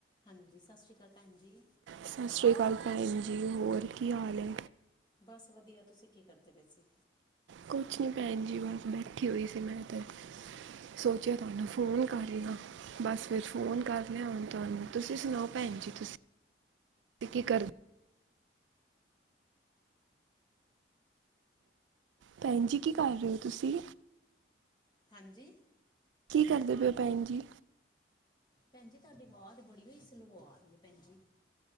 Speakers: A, on the left (about 25°); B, on the right (about 80°).
A: ਹਾਂਜੀ, ਸਤਿ ਸ੍ਰੀ ਅਕਾਲ ਭੈਣ ਜੀ।
B: ਸਤਿ ਸ੍ਰੀ ਅਕਾਲ ਭੈਣ ਜੀ, ਹੋਰ ਕੀ ਹਾਲ ਐ?
A: ਬਸ ਵਧੀਆ, ਤੁਸੀਂ ਕੀ ਕਰਦੇ ਪਏ ਸੀ?
B: ਕੁਛ ਨੀ ਭੈਣ ਜੀ ਬਸ ਬੈਠੀ ਹੋਈ ਸੀ ਮੈਂ ਤੇ। ਸੋਚਿਆ ਤੁਹਾਨੂੰ ਫੋਨ ਕਰ ਲਾਂ। ਬਸ ਫੇਰ ਫੋਨ ਕਰ ਲਿਆ ਹੁਣ ਤੁਹਾਨੂੰ। ਤੁਸੀ ਸੁਣਾਓ
A: ਅੱਛਾ
B: ਭੈਣ ਜੀ ਤੁਸੀ ਕੀ ਕਰ ਭੈਣ ਜੀ ਕੀ ਕਰ ਰਹੇ ਹੋ ਤੁਸੀ?
A: ਹਾਂਜੀ।
B: ਕੀ ਕਰਦੇ ਪੇਓ ਭੈਨ ਜੀ।
A: ਭੈਣ ਜੀ ਤੁਹਾਡੀ ਆਵਾਜ਼ ਬੜੀ ਓਈ ਸਲੋ ਆ ਰਹੀ ਐ ਭੈਣ ਜੀ।